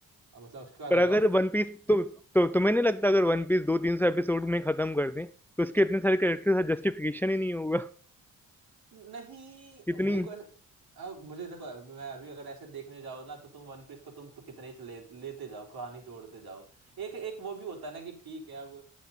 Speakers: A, on the right (about 60°); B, in the centre.
A: अब मतलब उसके बाद होगा
B: अगर वन पीस तो तो तुम्हें नहीं लगता अगर वन पीस दो तीन सौ एपिसोड में खत्म कर दें तो उसके इतने सारे कैरेक्टर्स का जस्टिफिकेशन ही नहीं होगा
A: नहीं
B: <laughs> इतनी
A: मेरे को ऐस- अब मुझे देखो अब मैं अभी अगर ऐसे देखने जाओ ना तो तुम वन पीस को तुम तो कितने ही ले, लेते जाओ कहानी जोड़ते जाओ एक एक वो भी होता है ना कि ठीक है अब